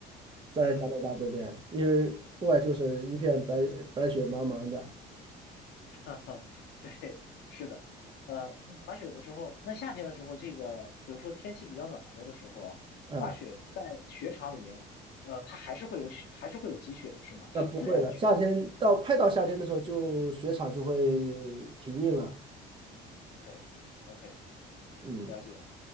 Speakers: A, on the right; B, on the left.
A: 在加拿大这边，
B: 嗯，
A: 因为户外就是一片白白雪茫茫的，
B: <laughs> 哈哈，对，是的。呃，你滑雪的时候，那夏天的时候，这个比如说天气比较暖和的时候啊，
A: 嗯，
B: 滑雪在雪场里面，呃，它还是会有雪，还是会有积雪的，是吗？
A: 那不会了。
B: 是自然的雪还是
A: 夏天到快到夏天的时候就，雪场就会停运了，
B: ？OK，OK，
A: 嗯，
B: 了解。